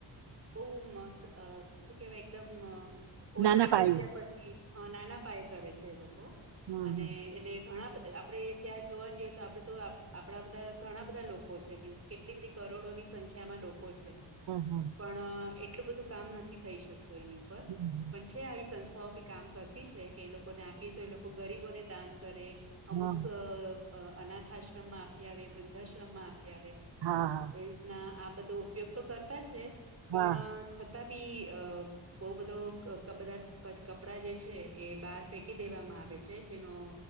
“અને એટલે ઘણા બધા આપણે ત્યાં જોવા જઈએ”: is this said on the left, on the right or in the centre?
Right